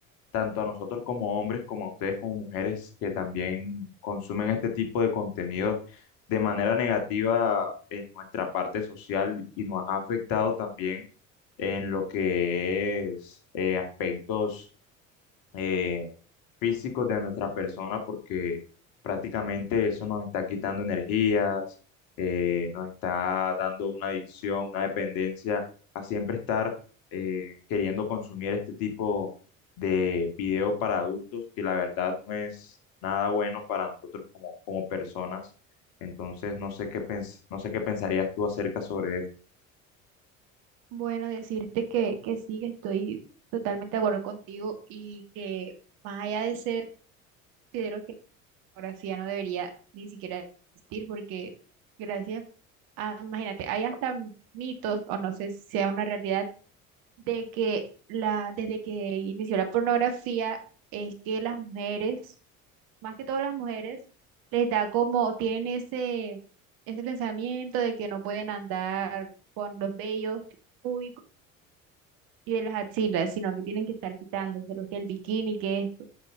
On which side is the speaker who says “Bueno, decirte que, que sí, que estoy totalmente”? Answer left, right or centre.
Right